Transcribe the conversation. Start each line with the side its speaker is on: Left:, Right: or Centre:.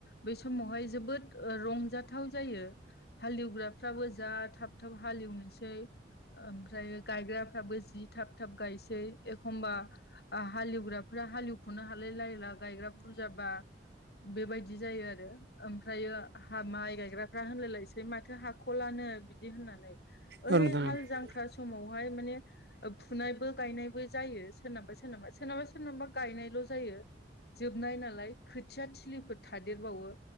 Left: बे समावहाय जोबोद ओ रंजाथाव जायो। हालेवग्राफ्राबो जा थाब थाब हालेवनोसै ओमफ्रायो गायग्राफ्राबो जि थाब थाब गायसै एखमबा ओ हालेवग्राफोरा हालेवख'नो हालाय लायला गायग्रा बुरजाबा बेबायदि जायो आरो। ओमफ्रायो हा माइ गायग्राफ्रा होनलायलायसै माथो हाख'लानो बिदि होननानै।
Right: औ
Left: ओइ
Right: नोंथां औ
Left: हाल जांख्रा समावहाय माने ओ फुनायबो गायनायबो जायो सोरनाबा सोरनाबा सोरनाबा सोरनाबा गायनायल' जायो। जोबनाय नालाय खोथिया थिलिफोर थादेरबावो